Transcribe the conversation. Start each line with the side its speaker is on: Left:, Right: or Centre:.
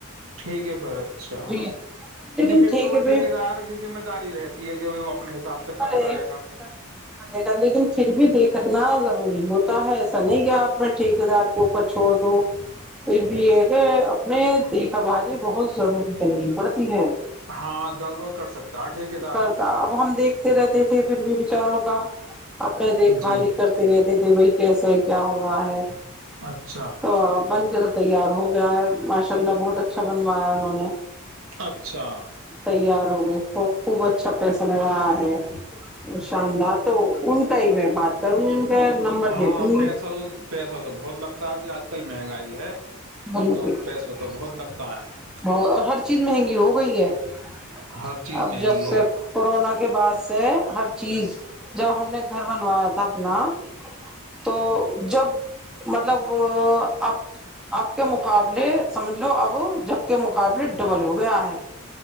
Right: ٹھیکے پر اچھا
Centre: جی جی لیکن
Right: نہیں پھر
Centre: ٹھیک
Right: تو وہ
Centre: ہے
Right: ٹھیکے
Centre: پہ
Right: دار کی ذمہ داری رہتی ہے کہ وہپ اپنے حساب سے
Centre: پڑے
Right: کرتا رہے گا
Centre: کرے لیکن پھر بھی دیکھنا ضروری ہوتا ہے ایسا نہیں کیا اپنے ٹھیکے دار کو اوپر چھوڑ دو پھر بھی یہ ہے کہ اپنے دیکھا بھالی بہت ضروری کرنی پڑتی ہے
Right: ہاں گڑبڑ کر سکتا ہے ٹھیکے دار
Centre: کرتا اب ہم دیکھ رہتے تھے پھر بھی بچاروں کا اپنا دیکھ بھال
Right: جی
Centre: ہی کرتے رہتے تھے بھائی کیسے ہے کیا ہو ہوا ہے
Right: اچھا
Centre: تو بن کے تو تیار ہو گیا ہے خچ انشاء اللہ بہت اچھا بنوایا انہوں نے
Right: اچھا
Centre: تیار خوب اچھا پیس م ہے <unintelligible> شاندار تو ان کا ہی میں بات کروں گی ان کا نمبر
Right: ہاں
Centre: دیکھوں گی
Right: پیسہ تو پیسہ تو بہت لگتا ہے جی آج کل مہنگائی ہے
Centre: بالکل
Right: تو
Centre: بت
Right: پیسہ تو بہت لگتا ہے
Centre: اور ہر چیز مہنگی ہو گئی ہے اب
Right: ہر چیز مہنگی
Centre: جب
Right: ہے
Centre: سے کورونا کے بعد سے ہر چیز جب ہم گھر بنوایا تھا اپنا <unintelligible> تو جب مطلب آپ آپ کے مقابلے سمجھ لو اب جب کے مقابلے ڈبل ہو گیا ہے